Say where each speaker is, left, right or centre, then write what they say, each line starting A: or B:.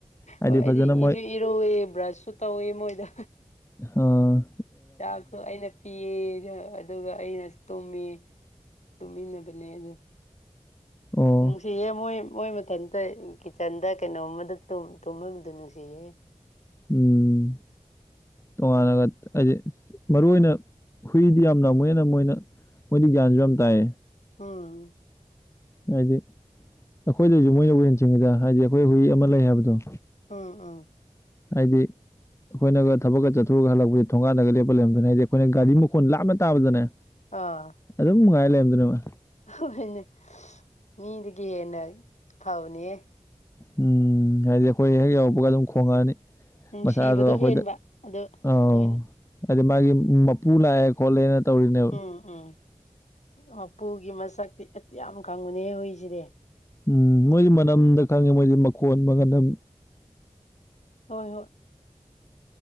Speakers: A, on the left; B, on the left.
A: ꯍꯥꯏꯗꯤ
B: ꯍꯣꯏ ꯑꯩꯗꯤ
A: ꯐꯖꯅ ꯃꯣꯏ
B: ꯏꯁꯨ ꯏꯔꯨꯋꯦ ꯕ꯭ꯔꯁꯁꯨ ꯇꯧꯋꯦ ꯃꯣꯏꯗ
A: ꯍꯥꯥ
B: ꯆꯥꯁꯨ ꯑꯩꯅ ꯄꯤ ꯄꯒ ꯑꯗꯨꯒ ꯑꯩꯅꯁꯨ ꯇꯨꯝꯃꯦ ꯇꯨꯝꯃꯤꯟꯅꯕꯅꯦ ꯑꯗꯨ
A: ꯑꯣ
B: ꯁꯤ ꯃꯣꯏ ꯃꯣꯏ ꯃꯊꯟꯇ ꯀꯤꯠꯆꯟꯗ ꯀꯩꯅꯣꯝꯃꯗ ꯇꯨꯝꯃꯕꯗꯨ ꯅꯨꯡꯁꯤꯍꯦ
A: ꯎꯝ ꯇꯣꯉꯥꯟꯅꯒ ꯍꯥꯏꯗꯤ ꯃꯔꯨ ꯑꯣꯏꯅ ꯍꯨꯏꯗꯤ ꯌꯥꯝ ꯅꯝꯃꯦꯅ ꯃꯣꯏꯅ ꯃꯣꯏꯗꯥꯟꯖꯝ ꯇꯥꯏ
B: ꯑꯝ
A: ꯍꯥꯏꯗꯤ ꯑꯩꯈꯣꯏꯗꯁꯨ ꯃꯣꯏꯅ ꯍꯨꯟꯁꯤꯡꯉꯤꯗ ꯍꯥꯏꯗꯤ ꯑꯩꯈꯣꯏ ꯍꯨꯏ ꯑꯃ ꯂꯩ ꯍꯥꯏꯕꯗꯣ
B: ꯎꯝ ꯎꯝ
A: ꯍꯥꯏꯗꯤ ꯑꯩꯈꯣꯏꯅꯒ ꯊꯕꯛꯀ ꯆꯠꯊꯣꯛꯨꯔꯒ ꯍꯜꯂꯛꯄꯁ ꯊꯣꯡꯒꯥꯟꯗꯒ ꯂꯦꯞꯄ ꯂꯩꯔꯝꯗꯅ ꯍꯥꯏꯗꯤ ꯑꯩꯈꯣꯏꯅ ꯒꯥꯔꯤ ꯃꯈꯣꯟ ꯂꯥꯞꯅ ꯇꯥꯕꯗꯅꯦ
B: ꯑꯥ
A: ꯑꯗꯨꯝ ꯉꯥꯏ ꯂꯩꯔꯝꯗꯨꯅꯦꯕ
B: ꯍꯣꯏꯅꯦ ꯃꯤꯗꯒꯤ ꯍꯦꯟꯅ ꯐꯕꯅꯤꯍ
A: ꯎꯝ ꯍꯥꯏꯗꯤ ꯑꯩꯈꯣꯏ ꯍꯦꯛ ꯌꯎꯔꯛꯄꯒ ꯑꯗꯨꯝ ꯈꯣꯡꯉꯛꯑꯅꯤ
B: ꯅꯨꯡꯁꯤꯕꯗꯣ
A: ꯃꯁꯥꯏ ꯑꯗ ꯑꯩꯈꯣꯏꯗ
B: ꯍꯦꯟꯕ ꯑꯗꯣ
A: ꯑꯥꯎ
B: ꯃꯣꯏꯅ
A: ꯍꯥꯏꯗꯤ ꯃꯥꯒꯤ ꯃꯄꯨ ꯂꯥꯛꯑꯦ ꯈꯣꯠꯂꯦꯅ ꯇꯧꯔꯤꯅꯦꯕ
B: ꯎꯝ ꯎꯝ ꯃꯄꯨꯒꯤ ꯃꯁꯛꯇꯤ ꯌꯥꯝ ꯈꯪꯉꯅꯦꯍ ꯍꯨꯏꯁꯤꯗꯤ
A: ꯎꯝ ꯃꯣꯏꯗꯤ ꯃꯅꯝꯗ ꯈꯪꯉꯤ ꯃꯣꯏꯗꯤ ꯃꯈꯣꯟ ꯃꯒꯟ ꯑꯗꯨ
B: ꯍꯣꯏ ꯍꯣꯏ